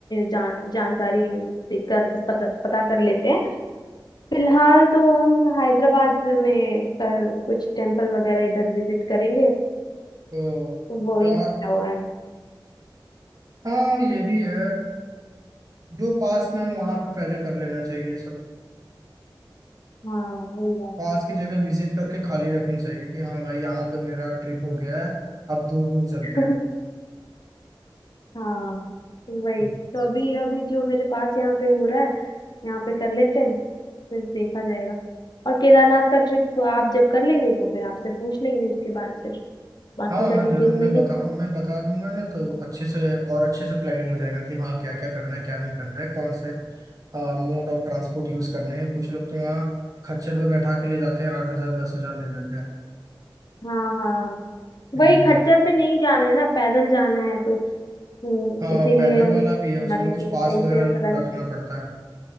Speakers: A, on the left; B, on the right.
A: जान जानकारी देख कर पता पता कर लेते हैं फिलहाल तो हम हैदराबाद में कर, कुछ टेम्पल वगैरह इधर विजिट करेंगे
B: तो
A: तो वो
B: आ,
A: ही सोचा हुआ है
B: हाँ ये भी है जो पास में हो वहां पे पहले कर लेना चाहिए सब
A: हाँ वही बात
B: पास की जगह विजिट करके खाली रखनी चाहिए कि हाँ भाई यहाँ पे मेरा ट्रिप हो गया है अब दूर दूर चलते
A: है। <laughs> हाँ वही
B: हैं
A: तो अभी अभी जो मेरे पास यहाँ पे हो रहा है यहाँ पे कर लेते हैं फिर देखा जाएगा और केदारनाथ का ट्रिप तो आप जब कर लेंगे तो फिर आपसे पूछ लेंगे उसके बाद फिर बाकी
B: हाँ
A: का
B: हाँ
A: डिटेल
B: जरूर मैं
A: में लिख
B: बता मैं बता दूंगा ना तो अच्छे से और अच्छे से प्लानिंग हो जाएगा कि हाँ क्या क्या करना है क्या नहीं करना है कौन से मोड ऑफ ट्रांसपोर्ट यूज करने हैं कुछ लोग तो वहाँ खच्चर पे बैठा के ले जाते हैं आठ हजार दस हजार ले लेते हैं
A: हाँ हाँ
B: हम्म,
A: वही खच्चर पे नहीं जाना है ना पैदल जाना है तो हम्म,
B: हाँ
A: इसीलिए
B: पैदल
A: हम
B: वाला
A: चाह
B: भी है उसमें
A: रहे हैं
B: कुछ
A: कि सही
B: पास वगैरह
A: से पता चले
B: रखना पड़ता है